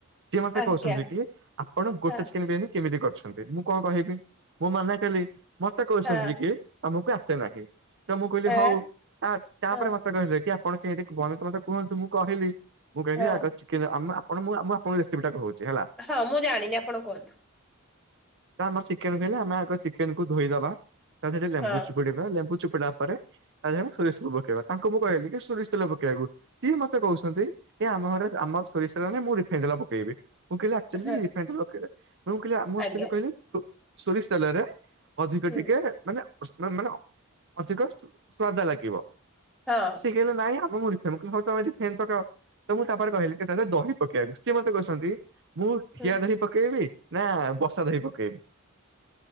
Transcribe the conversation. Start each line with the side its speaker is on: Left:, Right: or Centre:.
Right: ସିଏ ମତେ
Centre: ଆଜ୍ଞା
Right: କହୁଛନ୍ତି କି ଆପଣ ଗୋଟେ
Centre: ହଁ
Right: ଚିକେନ୍ ବିରୀୟାନି କେମିତି କରୁଛନ୍ତି? ମୁଁ କଣ କହିବି ମୁଁ ମନା କଲି ମତେ କହୁଛନ୍ତି
Centre: ହଁ
Right: କି ତମକୁ ଆସେ ନାହିଁ। ତ ମୁଁ କହିଲି ହଉ
Centre: ଏ
Right: ତା ତାପରେ
Centre: ହଁ
Right: ମତେ କହିଲେ କି ଆପଣ କେ ଟିକେ ଭଲକି ମତେ କୁହନ୍ତୁ ମୁଁ କହିଲି ମୁଁ କହିଲି
Centre: ହଁ
Right: ଆଗ ଚିକେନ ଆମ୍ ଆପଣ ମୁ ଆପଣଙ୍କ ରେସିପିଟା କହୁଛି ହେଲା।
Centre: ହଁ ମୁଁ ଜାଣିନି ଆପଣ କୁହନ୍ତୁ।
Right: ତ ଆମ ଚିକେନ କହିଲେ ଆମେ ଆଗ ଚିକେନକୁ ଧୋଇଦବା ତା ଦେହରେ ଟିକେ ଲେମ୍ବୁ
Centre: ହଁ
Right: ଚୁପୁଡିବା ଲେମ୍ବୁ ଚୁପ୍ ତାପରେ ତା ଦେହରେ ମୁଁ ସୋରିସ୍ ପକୋଉ ପକେଇବା ତାଙ୍କୁ ମୁଁ କହିଲି କି ସୋରିଷ ତେଲ ପକେଇବାକୁ ସିଏ ମତେ କହୁଛନ୍ତି ଏ ଆମ ଘରେ ଆମର ସୋରିଷ ତେଲ ନାହିଁ ମୁଁ ରିଫ୍ <unintelligible> ପକେଇବେ ମୁଁ କହିଲି ଆକ୍ଚୁଆଲି
Centre: ହଁ
Right: ତାଙ୍କର <unintelligible> ନା ମୁଁ କହିଲି ଆମର ଆକ୍ଚୁଆଲି
Centre: ଆଜ୍ଞା
Right: କହିଲେ ସୋରିଷ ତେଲରେ ଅଧିକ
Centre: ହୁଁ
Right: ଟିକେ ମାନେ ମାନେ ଅଧିକ ସୁଆଦ ଲାଗିବ।
Centre: ହଁ
Right: ଶିଖିଲେ ନାହିଁ ଆପ୍ ମୁ ମୁଢ଼ି ଫେମ୍ ମେ ଫେନ୍ ପକାଅ ତ ମୁଁ ତାପରେ କହିଲି କି ଏତରେ ଦହି ପକେଇବାକୁ ସିଏ ମୋତେ କହୁଛନ୍ତି ମୁଁ ଠିଆ
Centre: ହୁଁ।
Right: ଦହି ପକେଇବି ନା ବସା ଦହି ପକେଇବି?